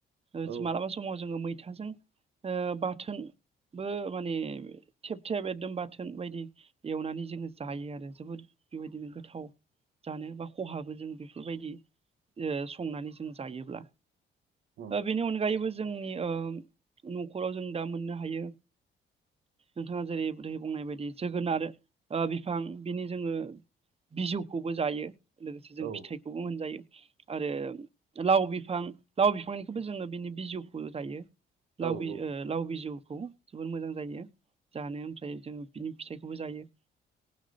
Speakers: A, on the right; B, on the right.
A: ओ
B: औ
A: मालाबा समाव जोङो मैथाजों ओ बाथोन बो माने थेब थेब एकदम बाथोन बायदि एवनानै जोङो जायो आरो जोबोद बेबायदिनो गोथाव जानो बा खहाबो जों बेफोरबायदि संनानै जों गायोब्ला
B: औ
A: ओ बेनि अनगायैबो जोंनि न'खराव जों दा मोननो हायो नोंथाङा जेरै बहै बुंनाय बायदि जोगोनार बिफां बिनि जोङो बिजौखौबो जायो लोगोसे जों
B: औ
A: फिथाइखौबो मोनजायो आरो लाव बिफां लाव बिफांनिखौबो जोङो बिनि बिजौखौ दायो
B: औ
A: लाव बि ओ लाव बिजौखौ जोबोर मोजां जायो जानो ओमफ्राय जों बिनि फिथाइखौबो जायो।